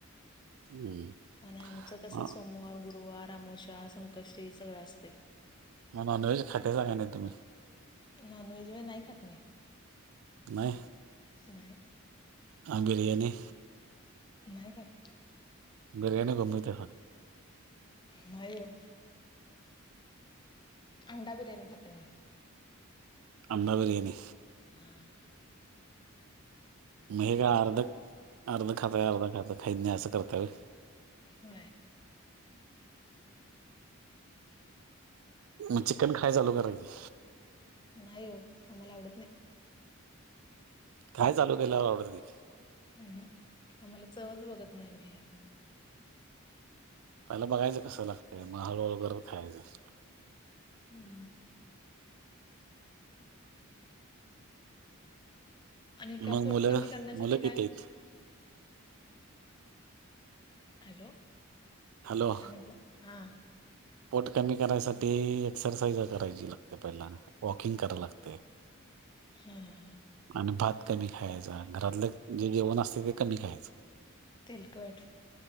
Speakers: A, on the right (about 80°); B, on the left (about 20°).
A: हम्म.
B: आणि आमच्यात असं
A: हा.
B: सोमवार गुरुवार अमावस्या संकष्टी सगळं असतंय.
A: म नॉनव्हेज खातयसा का नाही तुम्ही?
B: नॉनव्हेज व्हय नाही खात मी.
A: नाही
B: नाही
A: अ बिर्याणी?
B: नाही खात.
A: <unintelligible>
B: नाही ओ, अंडा बिर्याणी खाते मी.
A: अंडा बिर्याणी.
B: हा.
A: मग हे का अर्ध अर्ध खाताय अर्ध खाईत नाही असं करताय व्हय.
B: व्हय.
A: मग चिकन खायाय चालू करा की.
B: नाही ओ, आम्हाला आवडत नाही.
A: खायाय चालू केल्यावर आवडतंय की.
B: अ हं आम्हाला चवच बघत नाही आम्ही आणि.
A: पयला बघायचं कसं लागतंय म हळूहळू करत खायाच.
B: हम्. आणि काय
A: मग
B: पोट
A: मुलं
B: कमी करण्यासाठी
A: मुलं
B: काय?
A: किती आहेत
B: हॅलो
A: हॅलो
B: काय म्हंटला? हा.
A: पोट कमी करायसाठी एक्सरसाईजा करायची लागते पहिला. वॉकिंग कराय लागतय.
B: हा हा हा.
A: आणि भात कमी खायाचा घरातलं जे जेवण असतय ते कमी खायचं.
B: तेलकट